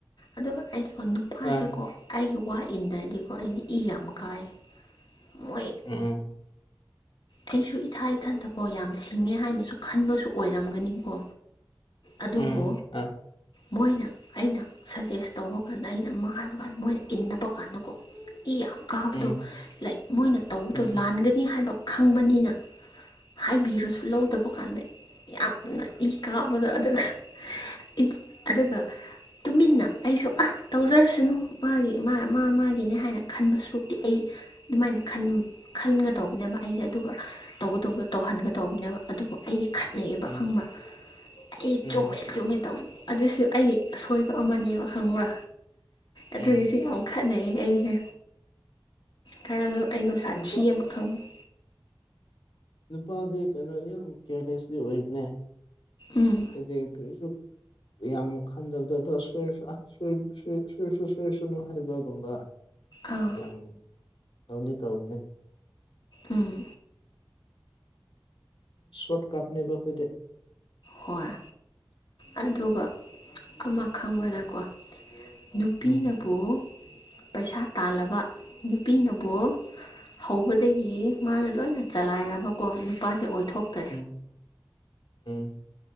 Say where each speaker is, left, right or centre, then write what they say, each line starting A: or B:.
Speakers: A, on the left; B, on the left.
A: ꯑꯗꯨꯀ ꯑꯩꯗꯤꯀꯣ ꯅꯨꯄꯥꯁꯦꯀꯣ
B: ꯑ ꯑ
A: ꯑꯩꯒꯤ ꯋꯥ ꯏꯟꯗ꯭ꯔꯗꯤꯀꯣ ꯑꯩꯗꯤ ꯏ ꯌꯥꯝ ꯀꯥꯏ ꯃꯣꯏ
B: ꯎꯝ
A: ꯑꯩꯁꯨ ꯏꯊꯥ ꯏꯊꯟꯗꯀꯣ ꯌꯥꯝ ꯁꯤꯡꯉꯦ ꯍꯥꯏꯅꯁꯨ ꯈꯟꯕꯁꯨ ꯑꯣꯏꯔꯝꯒꯅꯤꯀꯣ ꯑꯗꯨꯕꯨ
B: ꯎꯝ ꯑ
A: ꯃꯣꯏꯅ ꯑꯩꯅ ꯁꯖꯦꯁ ꯇꯧꯕ ꯀꯥꯟꯗ ꯑꯩꯅ ꯑꯃ ꯍꯥꯏꯕ ꯀꯥꯟꯗ ꯃꯣꯏꯅ ꯏꯟꯅꯕ ꯀꯥꯟꯗꯀꯣ ꯏ ꯌꯥꯝ ꯀꯥꯕꯗꯣ
B: ꯎꯝ ꯎꯝ
A: ꯂꯥꯏꯛ ꯃꯣꯏꯅ ꯇꯧꯕꯗꯣ
B: ꯎꯝ
A: ꯂꯥꯟꯒꯅꯤ ꯍꯥꯏꯕ ꯈꯪꯕꯅꯤꯅ ꯍꯥꯏꯕꯤꯔꯁꯨ ꯂꯧꯗꯕ ꯀꯥꯟꯗ ꯌꯥꯝꯅ ꯏ ꯀꯥꯕꯗꯣ ꯑꯗꯨꯒ ꯏꯟꯁ ꯑꯗꯨꯒ ꯇꯨꯃꯤꯟꯅ ꯑꯩꯁꯨ ꯑꯥ ꯇꯧꯖꯔꯁꯅꯨ ꯃꯥꯒꯤ ꯃꯥ ꯃꯥ ꯃꯥꯒꯤꯅꯦ ꯍꯥꯏꯅ ꯈꯟꯕ ꯁꯔꯨꯛꯇꯤ ꯑꯩ ꯑꯗꯨꯃꯥꯏꯅ ꯈꯟ ꯈꯟꯒ ꯇꯧꯕꯅꯦꯕ ꯑꯩꯖꯦ ꯑꯗꯨꯒ ꯇꯧꯒꯗꯧꯕ ꯇꯧꯍꯟꯒꯗꯧꯕꯅꯦꯕ ꯑꯗꯨꯕꯨ ꯑꯩꯗꯤ ꯈꯠꯅꯩꯌꯦꯕ
B: ꯎꯝ ꯎꯝ
A: ꯈꯪꯕ꯭ꯔꯥ ꯑꯩ
B: ꯎꯝ
A: ꯆꯨꯝꯃꯦ ꯆꯨꯝꯃꯦ ꯇꯧꯕ ꯑꯗꯨꯁꯨ ꯑꯩꯒꯤ ꯑꯁꯣꯏꯕ ꯑꯃꯅꯦꯕ ꯈꯪꯕ꯭ꯔꯥ ꯑꯗꯨꯒꯤꯁꯨ
B: ꯎꯝ
A: ꯌꯥꯝ ꯈꯠꯅꯩ ꯑꯩꯁꯦ ꯈꯔꯁꯨ ꯑꯩ ꯅꯨꯡꯁꯥ
B: ꯅꯨꯄꯥ
A: ꯊꯤꯌꯦꯕ ꯈꯪꯕ
B: ꯅꯨꯄꯥꯗꯤ ꯀꯩꯅꯣ ꯌꯥꯝ ꯀꯦꯌꯔꯂꯦꯁꯂꯤ ꯑꯣꯏꯕꯅꯦ
A: ꯎꯝ
B: ꯍꯥꯏꯗꯤ ꯀꯔꯤꯁꯨ ꯌꯥꯝ ꯈꯟꯗꯕꯗꯣ ꯑꯗꯣ ꯁꯣꯏꯔꯁꯨ ꯁꯣꯏ ꯁꯣꯏ ꯁꯣꯏꯁꯨ ꯁꯣꯏꯁꯅꯨ ꯍꯥꯏꯕꯒꯨꯝꯕ
A: ꯑꯥꯎ
B: ꯌꯥꯝ ꯇꯧꯗꯤ ꯇꯧꯕꯅꯦ
A: ꯑꯥ
B: ꯁꯣꯔꯠꯀꯥꯠꯅꯦꯕ ꯑꯈꯣꯏꯗꯤ
A: ꯍꯣꯏ ꯑꯗꯨꯒ ꯑꯃ ꯈꯪꯕꯅꯀꯣ ꯅꯨꯄꯤꯅꯕꯨ
B: ꯎꯝ
A: ꯄꯩꯁꯥ ꯇꯥꯜꯂꯕ ꯅꯨꯄꯤꯅꯕꯨ ꯍꯧꯕꯗꯒꯤ ꯃꯥꯅ ꯂꯣꯏꯅ ꯆꯂꯥꯏꯔꯕꯀꯣ ꯅꯨꯄꯥꯁꯦ ꯑꯣꯏꯊꯣꯛꯇꯥ
B: ꯎꯝ ꯎꯝ